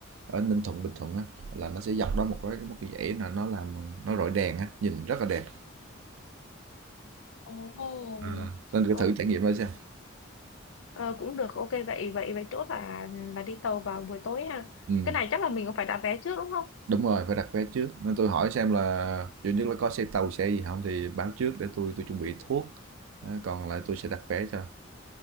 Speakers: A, on the right (about 75°); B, on the left (about 75°).
A: ở Ninh Thuận Bình Thuận á là nó sẽ dọc đó một cái một cái dãy là nó làm nó rọi đèn á nhìn rất là đẹp
B: Ồ.
A: À, nên cứ
B: Ừ.
A: thử trải nghiệm đó xem
B: Ờ, cũng được ok vậy vậy vậy chốt là là đi tàu vào buổi tối ha
A: ừ,
B: cái này chắc là mình cũng phải đặt vé trước đúng không
A: đúng rồi phải đặt vé trước nên tôi hỏi xem là duy nhất là có xe tàu xe gì không thì báo trước để tôi tôi chuẩn bị thuốc Đó, còn lại tôi sẽ đặt vé cho